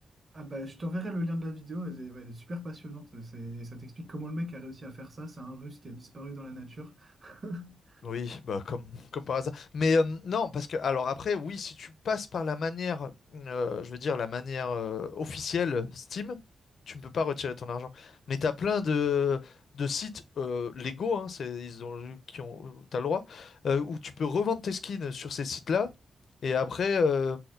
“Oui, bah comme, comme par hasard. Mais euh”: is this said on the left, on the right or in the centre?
Left